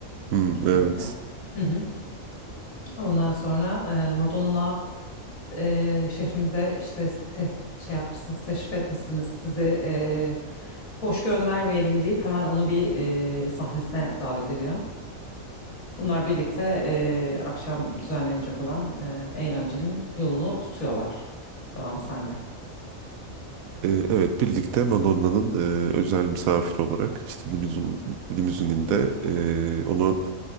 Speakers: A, on the right (about 85°); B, on the left (about 80°).
A: Hmm,
B: kesinlikle.
A: evet.
B: Hı hı. Ondan sonra e, Madonna e, şehrimize işte te- şey yapmışsınız, teşrif etmişsiniz sizi E, boş göndermeyelim deyip hemen onu bir e, sahnesine davet ediyor. Bunlar birlikte e, akşam düzenlenecek olan e, eğlencenin yolunu tutuyorlar. Devamı sende.
A: Ee, Evet birlikte Madonna'nın e, özel misafiri olarak işte limuzin, limuzininde e, onu